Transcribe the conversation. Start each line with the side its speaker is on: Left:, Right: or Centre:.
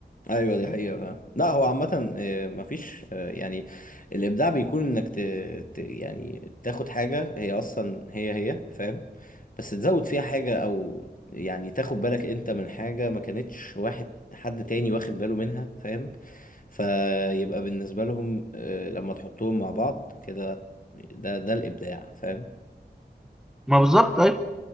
Left: ايوه دي حقيقة فعلا لا هو عامة آه، مفيش آه، يعني الابداع بيكون انك ت... ت... يعني تاخد حاجة هي اصلا هي هي فاهم بس تزود فيها حاجة او يعني تاخد بالك انت من حاجة ما كانتش واحد حد تاني واخد باله منها فاهم فيبقى بالنسبة لهم آه، لما تحطهم مع بعض كده ده ده الابداع فاهم
Centre: ما بالظبط أيوة.